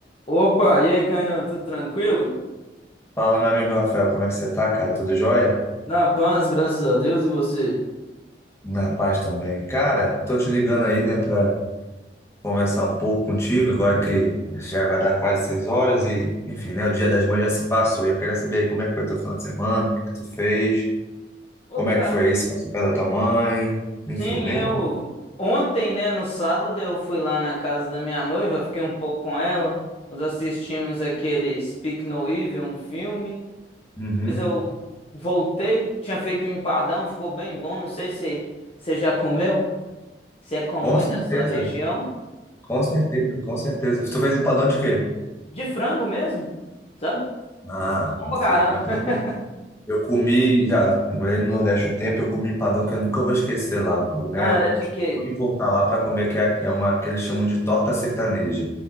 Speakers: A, on the left; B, on the left.
A: Opa, e aí, Kainan, tudo tranquilo?
B: Fala, meu amigo Rafael, como é que você tá, cara? Tudo jóia?
A: Na paz, graças a Deus, e você?
B: Na paz também. Cara, tô te ligando aí, né, pra conversar um pouco contigo, agora que já vai dar quase seis horas e, enfim, né, o Dia das Mães já se passou e eu queria saber aí como é que foi teu final de semana, o que que tu fez,
A: Ô,
B: como
A: cara,
B: é que foi isso, passou perto da tua mãe, enfim,
A: sim,
B: né?
A: eu. Ontem, né, no sábado, eu fui lá na casa da minha noiva, fiquei um pouco com ela. Nós assistimos aquele Speak No Evil, um filme.
B: Uhum.
A: Depois eu voltei, tinha feito um empadão, ficou bem bom. Não sei se você já comeu, se é comum
B: Com
A: aí
B: certeza,
A: da sua região.
B: com certeza, com certeza. Tu fez empadão de quê?
A: De frango mesmo, sabe?
B: Ah,
A: Ficou bom pra
B: sim,
A: caramba.
B: é porque
A: <laughs>
B: Eu comi, já morei no Nordeste um tempo, eu comi um empadão que eu nunca vou esquecer lá, né?
A: Ah, era de quê?
B: Vou voltar lá para comer, que é é uma que eles chamam de torta sertaneja,